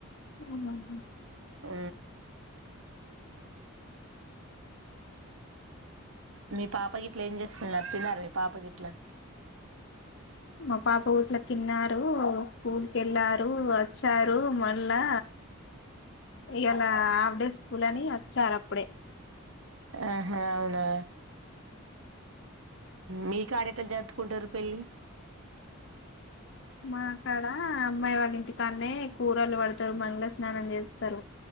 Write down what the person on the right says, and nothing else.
ఊ మీ పాప గిట్లా ఏం చేస్తుంది తిందా మీ పాప గిట్లా
ఆహా అవునా మీ కాడెట్ల జరుపుకుంటారు పెళ్ళి